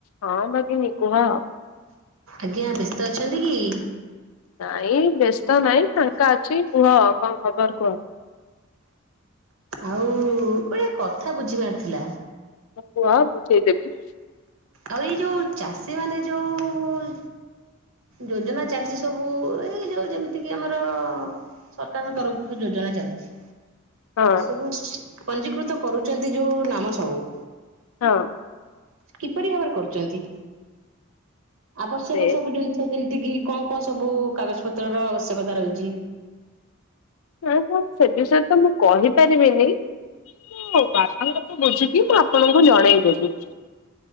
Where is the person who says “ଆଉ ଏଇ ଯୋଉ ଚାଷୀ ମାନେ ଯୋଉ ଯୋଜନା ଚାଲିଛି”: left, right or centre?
Right